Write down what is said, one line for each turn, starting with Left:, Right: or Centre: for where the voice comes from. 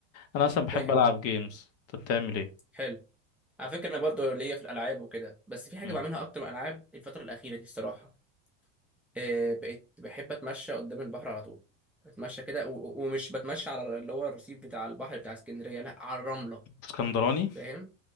Left: أنا أصلا بحب
Centre: فاهم
Left: ألعب جيمز أنت بتعمل إيه؟
Centre: حلو على فكره انا برضو ليا في الالعاب وكده بس في حاجه
Left: مم.
Centre: بعملها اكتر من الالعاب الفتره الاخيره دي الصراحه آه بقيت بحب اتمشى قدام البحر على طول اتمشى كده و- و- ومش بتمشى على اللي هو الرصيف بتاع البحر بتاع اسكندريه لا على الرمله
Left: اسكندراني؟
Centre: فاهم